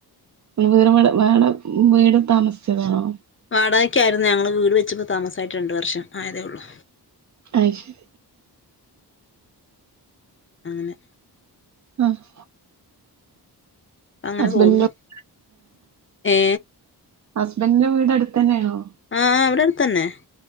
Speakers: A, on the right; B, on the left.
A: വറെടെ വേടെ വീട് താമസിച്ചതാണോ
B: വാടകയ്ക്ക് ആയിരുന്നു ഞങ്ങള് വീട് വച്ചപ്പോ താമസമായിട്ട് രണ്ട് വർഷം ആയതേ ഉള്ളൂ
A: അയ്ശരി
B: അങ്ങനെ
A: ആഹ്
B: അങ്ങനെ
A: ഹസ്ബൻഡിന്റെ
B: പോകുന്നു
A: വീട്
B: ഏ
A: ഹസ്ബൻഡറിന്റെ വീട് അടുത്ത് തന്നെയാണോ
B: ആഹ് അവിടെ അടുത്തന്നെ